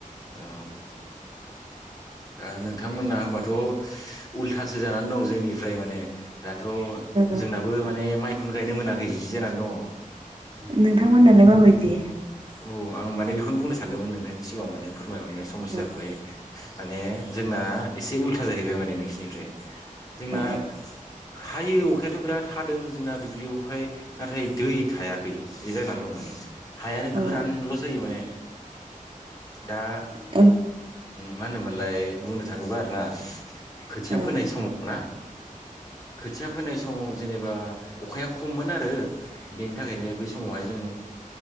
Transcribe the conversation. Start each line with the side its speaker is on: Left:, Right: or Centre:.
Left: औ दा नोंथांमोना होनबाथ' उल्थासो जानानै दं जोंनिफ्राय माने दाथ'
Right: ओ
Left: जोंनाबो माने माइखौनो गायनो मोनाखै बिदि जानानै दङ
Right: नोंथांमोनालाय माबायदि
Left: औ आं माने बेखौनो बुंनो सानदोंमोन नोंथांनि सिगाङाव माने फोरमायहरनो समस्याखौहाय
Right: ओ
Left: माने जोंना एसे उल्था जाहैबाय माने नोंसिनिफ्राय जोंना
Right: औ
Left: हायो अखायाथ' बिराद हादों जोंना दुब्लियावहाय नाथाय दै थायाखै बे जानानै दं माने हायानो
Right: औ
Left: गोरानल' जायो माने दा
Right: औ
Left: मा होनोमोनलाय बुंनो थाङोबा आरो ना खोथिया
Right: औ
Left: फोनाय
Right: औ
Left: समाव ना खोथिया फोनाय समाव जेनेबा अखाया खममोन आरो बेनि थाखायनो बे समावहाय जों